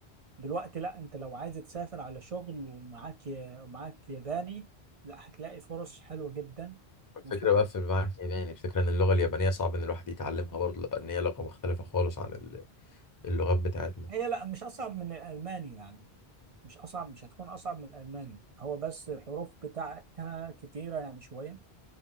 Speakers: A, on the right; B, on the left.
A: دلوقتي لا انت لو عايز تسافر على شغل ومعاك ي- ومعاك ياباني لا هتلاقي فرص حلوة جدا
B: الفكرة
A: وف-
B: بقى في المعاك الياباني الفكرة ان اللغة اليابانية صعب ان الواحد يتعلمها برضه لان هي لغة مختلفة خالص عن ال- اللغات بتاعتنا
A: هي لا مش اصعب من الالماني يعني مش اصعب مش هتكون اصعب من الالماني هو بس الحروف بتاعتها كتيره يعني شويه